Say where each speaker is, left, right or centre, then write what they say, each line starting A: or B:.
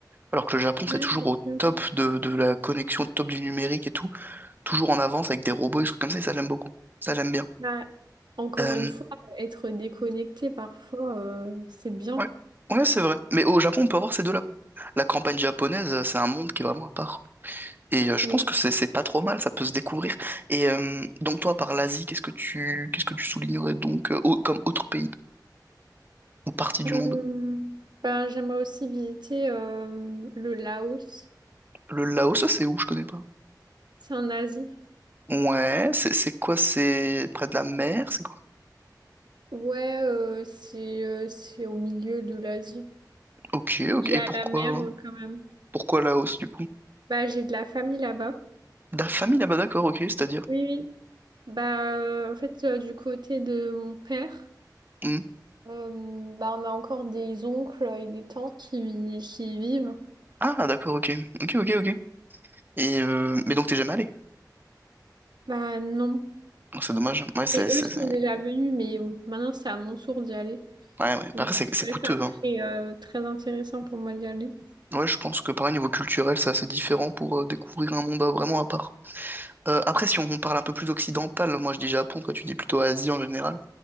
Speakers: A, on the right; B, on the right.
A: Alors que le Japon,
B: Ouais,
A: c'est toujours
B: c'est
A: au
B: sûr.
A: top de, de la connexion, au top du numérique et tout, toujours en avance avec des robots et des trucs comme ça, et ça j'aime beaucoup. Ça j'aime bien.
B: Bah, Encore
A: Euh,
B: une fois, être déconnecté parfois, euh, c'est bien,
A: ouais, ouais, c'est vrai. Mais au Japon, on peut avoir ces deux-là. La campagne japonaise, euh, c'est un monde qui est vraiment à part. Et euh, je
B: oui.
A: pense que c'est c'est pas trop mal, ça peut se découvrir. Et euh, donc toi, par l'Asie, qu'est-ce que tu qu'est-ce que tu soulignerais donc euh, au- comme autre pays ou partie du
B: Euh,
A: monde?
B: bah, j'aimerais aussi visiter euh, le Laos.
A: Le Laos, ça c'est où? Je connais pas.
B: C'est en Asie.
A: Ouais, c'est c'est quoi? C'est près de la mer, c'est quoi?
B: Ouais, euh, c'est euh, c'est au milieu de l'Asie.
A: Ok, ok.
B: Il
A: Et
B: y a
A: pourquoi
B: la mer euh, quand même.
A: pourquoi Laos du coup?
B: Bah, j'ai de la famille là-bas.
A: La famille là-bas, d'accord, ok, c'est-à-dire.
B: Oui, oui. Bah, euh, en fait, euh, du côté de mon père,
A: Hmm.
B: euh, bah, on a encore des oncles et des tantes qui, qui y vivent.
A: Ah, d'accord, ok. Ok, ok, ok. Et euh, Mais donc t'es jamais allé.
B: Bah, non.
A: Oh, c'est dommage. Ouais, c'est.
B: Et
A: c'est-
B: eux sont
A: c'est-
B: déjà venus, mais euh, maintenant c'est à mon tour d'y aller.
A: Ouais, ouais.
B: Donc
A: Bah, Après, c'est c'est
B: c'est
A: coûteux,
B: vrai que ça serait
A: hein.
B: euh, très intéressant pour moi d'y aller.
A: Ouais, je pense que pareil, niveau culturel, c'est assez différent pour euh, découvrir un monde euh, vraiment à part. Euh, après, si on parle un peu plus occidental, moi je dis Japon, toi tu dis plutôt Asie en général.